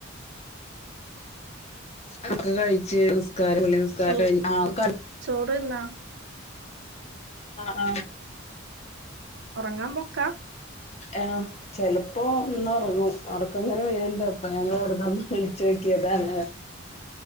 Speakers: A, on the left (about 30°); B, on the right (about 55°).
A: ഒക്കെ കഴിച്ച് നമസ്കാര നമസ്കാരം
B: ചോ
A: കഴി
B: ചോറ് തിന്നാ
A: ആ ആ
B: ഉറങ്ങാൻ പൊക്കാ
A: ആ ചെലപ്പോ ഒന്ന് ഉറങ്ങു ഉർക്കങ്ങനെ വരുണ്ട് അപ്പൊ ഞങ്ങൾ വെറുതൊന്ന് വിളിച്ചു വെക്കിയതാണ്